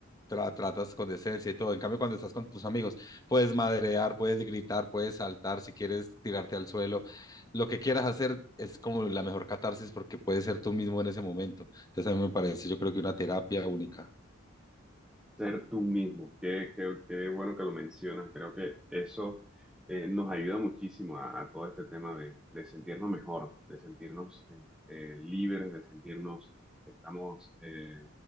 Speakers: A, on the left; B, in the centre.
A: tra- tratas con decencia y todo. En cambio, cuando estás con tus amigos, puedes madrear, puedes gritar, puedes saltar si quieres tirarte al suelo lo que quieras hacer es como la mejor catarsis porque puedes ser tú mismo en ese momento. Entonces a mí me parece, yo creo que una terapia única.
B: Ser tú mismo, qué, qué- qué bueno que lo mencionas, creo que eso eh, nos ayuda muchísimo a, a todo este tema de, de sentirnos mejor, de sentirnos eh, eh, libres, de sentirnos que estamos, eh,